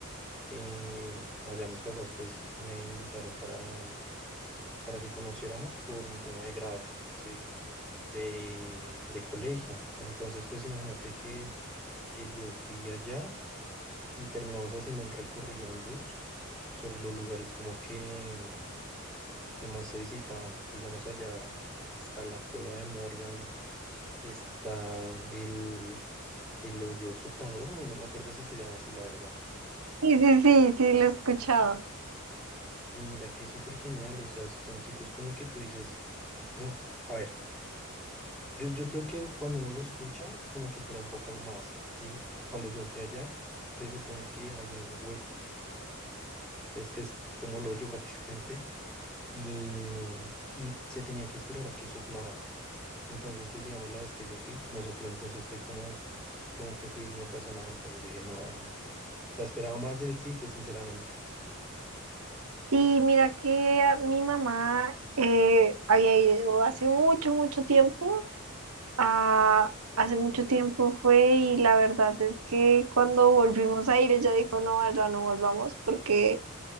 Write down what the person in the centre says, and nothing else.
eh, allá mis papás pues me invitaron para, para que conociéramos por mi tema de grado, ¿sí? De, de colegio. Entonces pues imagínate que, que yo fui allá y terminamos haciendo un recorrido en bus sobre los lugares como que, que más se visitaban. Digamos allá está la cueva de Morgan está el, el hoyo soplador, no, no me acuerdo si se llama así, la verdad.
Y mira que es súper genial, o sea, son sitios como que tú dices, o sea, a ver, yo, yo creo que cuando uno lo escucha, como que espera un poco más, ¿sí? Cuando yo fui allá, se supone que hay un hueco, es que es como el hoyo <laughs> prácticamente, y, mm, y se tenía que esperar a que soplara. Entonces, pues digamos, la vez que yo fui, no sopló, entonces fue como, como que fui, no pasó nada, entonces yo dije, no, o sea, esperaba más del sitio, sinceramente.